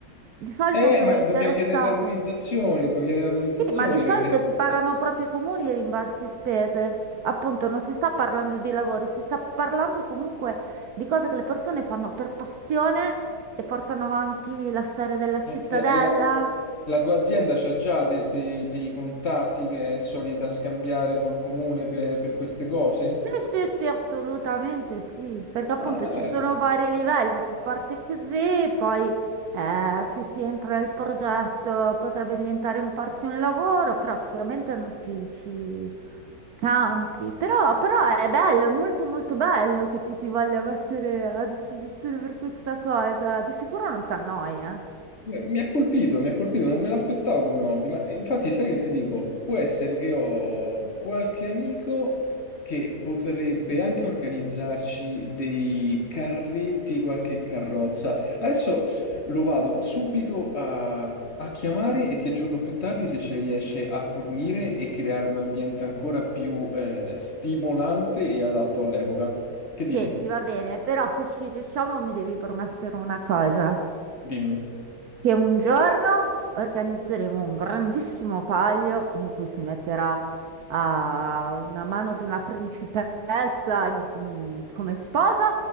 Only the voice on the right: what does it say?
Di solito
sono
interessate.
Sì, ma di solito
ti pagano
proprio i comuni i rimborsi spese. Appunto, non si sta parlando di lavori, si sta parlando comunque di cose che le persone fanno per passione e portano avanti la storia della cittadella,
Sì, sì, sì, assolutamente sì, perché appunto
ci sono vari livelli, si parte così, poi eh, più si entra nel progetto potrebbe diventare in parte un lavoro, però sicuramente non ci, ci campi, però, però è bello, è molto molto bello che tu ti voglia mettere a disposizione per questa cosa, di sicuro non ti annoia.
Senti, va bene, però se ci riusciamo mi devi promettere una cosa.
che un giorno organizzeremo un grandissimo palio in cui si metterà a una mano di una principessa in- mh, come sposa